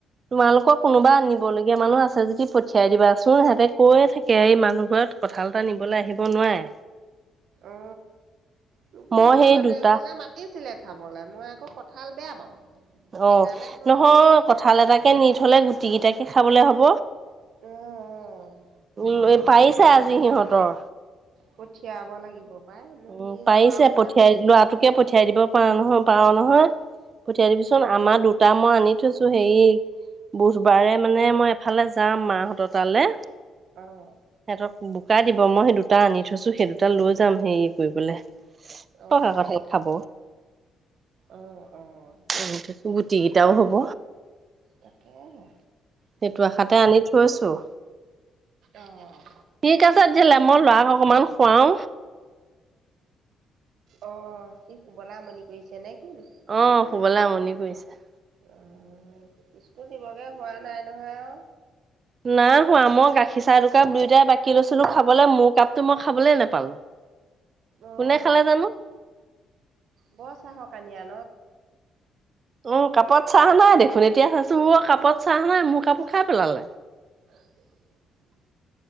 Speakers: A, on the right; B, on the right.
A: তোমালোকৰ কোনোবা আনিব লগীয়া মানুহ আছে যদি পঠিয়াই দিবাচোন। সিহঁতে কয়ে থাকে, এই মানুহ ঘৰত কঁথালতা নিবলৈ আহিব নোৱাৰে।
B: অ, তোকো
A: মই
B: ওচৰৰ
A: সেই
B: মানুহ
A: দুটা
B: এ, ঘলে মাতিছিলে। খাবলৈ, মই আকৌ কঁঠাল বেয়া পাওঁ। সেইকাৰণে
A: অ',
B: মই
A: নহয়
B: হেৰি
A: কঠাল এটাকে নি থ'লে, গুটি কেইটাকে খাবলে হব।
B: উম, উম।
A: উম, এই পাৰিছে আজি সিহঁতৰ।
B: পঠিয়াব লাগিব পাই, মই
A: উম,
B: সেই
A: পাৰিছে।
B: যোৱাও নাই
A: পঠিয়াই
B: বহুত দিন।
A: ল'ৰাটোকে পঠিয়াই দিব পাৰ নহয়, পাৰ নহয়। পঠিয়াই দিবিচোন। আমাৰ দুটা মই আনি থৈছোঁ, হেৰি বুধবাৰে মানে মই এফালে যাম, মাহঁতৰ তালে।
B: অ'।
A: সিহঁতক বোকা দিব। মই সেই দুটা আনি থৈছোঁ, সেই দুটা লৈ যাম, হেৰি কৰিবলৈ।
B: অ',
A: <unintelligible> খাব।
B: অ', অ',
A: <unintelligible> গুটি কেইটাও হব।
B: তাকেহে।
A: সেইটো আশাতে আনি থৈছোঁ।
B: অ',
A: ঠিক আছে <unintelligible> হলে মই লৰাক অকমান শুৱাও।
B: অ', সি শুবলে আমণি কৰিছে নে। কিনো?
A: অ', শুবলে আমনি কৰিছে।
B: অ', স্কুল দিবগে হোৱা নাই নহয়, আও।
A: নাই হোৱা, মই গাখীৰ চাহ, দোকাপ- দুয়োটাই বাকী লৈছ ছিলো খাবলে মোৰ কাপটো মই খাবলে নোপালো,
B: অ',
A: কোনে খালে জানো?
B: বৰ চাহকানি আ।
A: উম, কাপত চাহ নাই দেখোন। এতিয়া চাইছো অ কাপত চাহ নাই মোৰ কাপো খাই পেলালে
B: <inaudible>